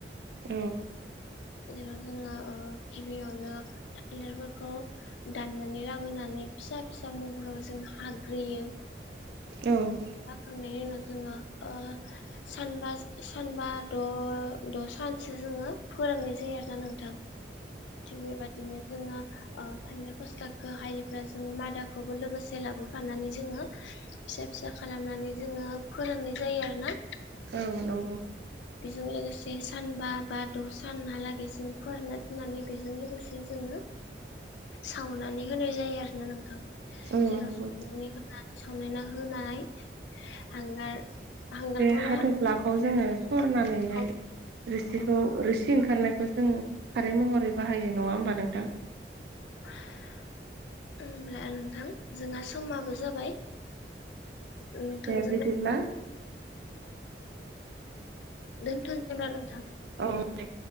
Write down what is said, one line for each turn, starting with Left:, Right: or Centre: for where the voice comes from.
Right: औ
Left: जेराव जोङो गिबियावनो थालिरफोरखौ दाननानै लाबोनानै फिसा फिसा महराव जों हाग्रोयो
Right: औ
Left: जांनायनि उनाव जोङो ओ सा सानबा द द सान जोङो फोराननाय जायो आरोना नोंथां थिग बेबायदिनो जोङो ओ थालिर फस्लाखौ हायोब्ला जोङो मादाखौबो लोगोसे लाबोफानानै जोङो फिसा फिसा खालामनानै जोङो फोरानाय जायो आरो ना
Right: औ नंगौ
Left: बेजों लोगोसे सानबा बा द' सानहालागै जों फोरानना दोननानै बेजों लोगोसे जोङो सावनानै होनाय जायो आरोना नोंथां
Right: औ
Left: जेराव
Right: नंगौ
Left: सावनानै होन सावनायना होनाय हांगार हांगारखौनो
Right: बे हाथ'फ्लाखौ जोङो सरनानैहाय
Left: औ
Right: रोसिखौ
Left: औ
Right: रोसि ओंखारनो खौ जोङो खारै महरै बाहायो नङा होमबा नोंथां
Left: <inaudible> होनब्ला नोंथां जोंहा समाबो जाबाय नोंथांजों
Right: दे बिदिब्ला
Left: दोनथसै होनब्ला नोंथां
Right: औ दे